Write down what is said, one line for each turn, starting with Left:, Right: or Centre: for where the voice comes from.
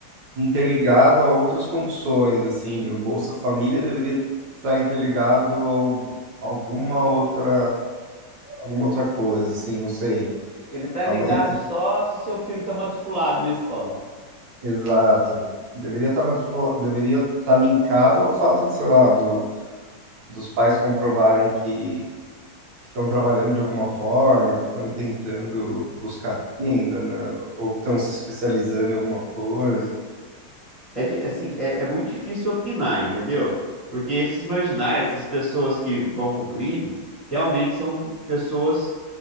Right: interligado a outras condições, assim, o Bolsa Família deveria estar interligado a al- alguma outra alguma outra coisa, assim, não sei.
Left: Ele tá
Right: A
Left: ligado
Right: mãe,
Left: só se seu filho tá matriculado na escola.
Right: exato,
Left: Ó,
Right: deveria estar matricula, deveria estar linkado ao fato, de, sei lá, do, dos pais comprovarem que que estão trabalhando de alguma forma, que estão tentando buscar renda, né, ou que estão se especializando em alguma coisa.
Left: É, di- assim, é, é muito difícil opinar, entendeu? Porque esses marginais, essas pessoas que vão pro crime, realmente são pessoas